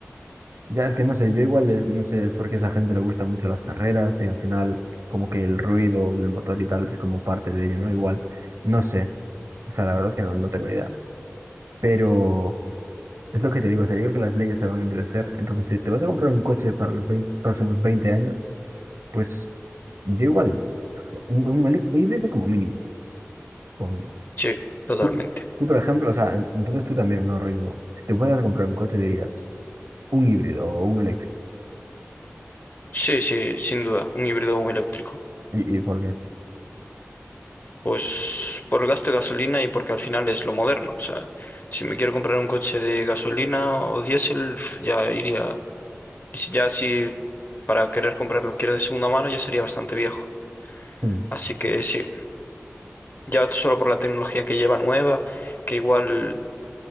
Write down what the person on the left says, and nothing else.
sí, totalmente.
Sí, sí, sin duda, un híbrido o un eléctrico.
Pues por el gasto de gasolina y porque al final es lo moderno. O sea, si me quiero comprar un coche de gasolina o diésel, uf, ya iría. y si- Ya si para querer comprarlo quiero de segunda mano, ya sería bastante viejo.
Así que sí, ya solo por la tecnología que lleva nueva, que igual,